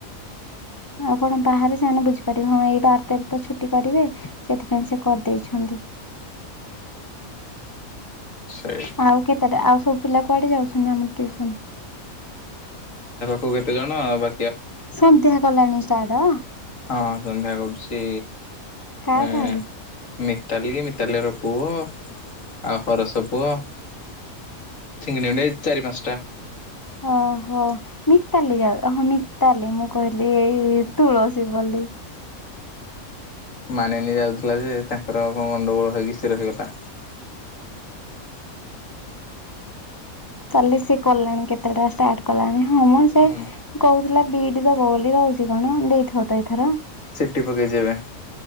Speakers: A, on the left (about 20°); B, on the left (about 65°).
A: <inaudible> ଆଉ କଣ ବାହାରେ ସେମାନେ ବୁଝିପାରିବେ ହଁ ଏଇ ବାର ତେର ତ ଛୁଟି କରିବେ ସେଥିପାଇଁ ସେ କରିଦେଇଛନ ନ୍ତି।
B: ସେଇ
A: ଆଉ କେତେଟା ଆଉ ସବୁ ପିଲା କୁଆଡ଼େ ଯାଉଛନ୍ତି ଆମର ଟିଉସନ।
B: କୋଉ କେତେ ଜଣ ଆଉ ବା
A: ସନ୍ଧ୍ୟା କଲାଣି ଷ୍ଟାର୍ଟ।
B: ହଁ ସନ୍ଧ୍ୟା କରୁଛି
A: କାହାକୁ
B: ଏଁ
A: କାହାକୁ
B: ମି ତାଲି କି ମିତାଲି ଘର ପୁଅ ଆଉ ହରସ ପୁଅ। ଚିଙ୍ଗଡ଼ି ମୀଙ୍ଗଡ଼ି ଏଇ ଚାରି ପାଞ୍ଚଟା।
A: ଓହୋ ମିତାଲି ଯାଉ ଅ ହ ମିତାଲି ମୁଁ କହିଲି ଏଇ ତୁଳସୀ ବୋଲି। ଲି।
B: ମାନିନୀ ଯାଉଥିଲା ଯେ, ତାଙ୍କର କଣ ଗଣ୍ଡଗୋଳ ହେଇକି, ସେ ରହିଗଲା।
A: କାଲି ସିଏ କଲାଣି, କେତେଟା ଷ୍ଟାର୍ଟ କଲାଣି ହଁ, ମ ସେ
B: ହୁଁ
A: କହୁଥିଲା ବି ଇ ଡି ଦବ ବୋଲି ଦଉଛି କଣ? ଦେଇଥିବ ତ ଏଥର।
B: ସି ଟି ପକେଇଚି ଏବେଁ।